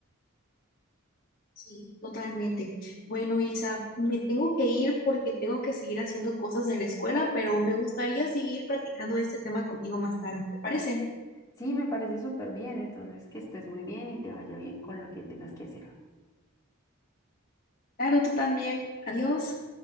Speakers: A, on the left; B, on the left.
A: Sí, totalmente. Bueno, Isa, me tengo que ir porque tengo que seguir haciendo cosas de la escuela, pero me gustaría seguir platicando de este tema contigo más tarde, ¿te parece?
B: Sí, me parece súper bien, entonces que estés muy bien y te vaya bien con lo que tengas que hacer.
A: Claro, tú también. Adiós.